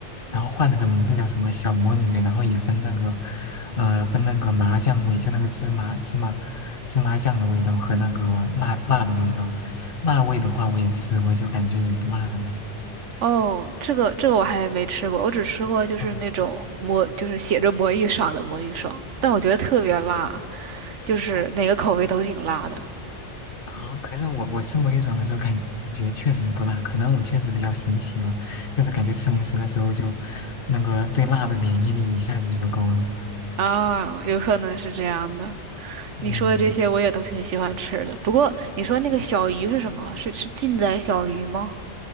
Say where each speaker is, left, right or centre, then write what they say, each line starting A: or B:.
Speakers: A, on the left; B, on the right.
A: 然后换了个名字叫什么小魔女，然后也分那个，呃，分那个麻酱味，就那个芝麻芝麻芝麻酱的味道和那个辣辣的味道，辣味的话我也吃过，我就感觉也不辣呀，
B: 哦，这个这个我还没吃过，我只吃过就是那种魔，
A: 嗯，
B: 就是写着魔芋爽的魔芋爽，但我觉得特别辣，就是哪个口味都挺辣的
A: 哦啊，可是我我吃魔芋爽的时候感觉确实不辣，可能我确实比较神奇吧，就是感觉吃零食的时候就那个对辣的免疫力一下子就高了，
B: 啊，有可能是这样的。你说的这些我也都挺喜欢吃的。
A: 嗯。
B: 不过你说那个小鱼是什么？是是劲仔小鱼吗？